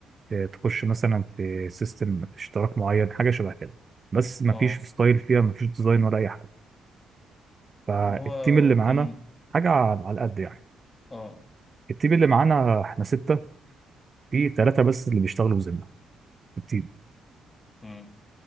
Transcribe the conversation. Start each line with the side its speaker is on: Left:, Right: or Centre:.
Right: آه، تخش مثلا في سيستم اشتراك معين حاجة شبه كده بس مفيش
Left: اه
Right: ستايل فيها مفيش ديزاين ولا أي حاجة فالتيم
Left: اللي هو
Right: اللي
Left: ممكن
Right: معانا حاجة على على قد يعني
Left: اه
Right: التيم اللي معانا إحنا ستة في ثلاثة بس اللي بيشتغلوا بذمة في التيم
Left: مم.